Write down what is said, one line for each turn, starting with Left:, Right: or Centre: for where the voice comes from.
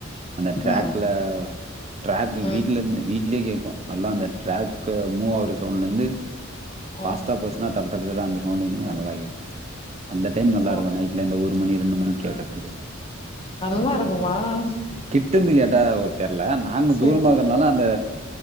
Right: அந்த ட்ராக்ல
Left: ம்
Right: ட்ராக்கு
Left: ம்
Right: வீட்ல இருந்து வீட்லே கேக்கு நல்லா அந்த ட்ராக்கு மூவ் ஆவ்ற சவுண்ட்லந்து ஃபாஸ்ட்டா
Left: ஆ
Right: போச் ஆ தட தட தர அந்த சவுண்ட்டு வந்து நல்லா தா கேக்கோ அந்த டைம் நல்லா
Left: ஓ
Right: இருக்கோ நைட்ல இந்த ஒரு மணி ரெண்டு மணி கேக்கத்துக்கு
Left: நல்லா இருக்குமா ஆம்ஸ்ஸூ
Right: கிட்டந்து கேட்டா ஒ தெர்ல நாங்க
Left: சரி
Right: தூரமாக்றதுனால
Left: சரி
Right: அந்த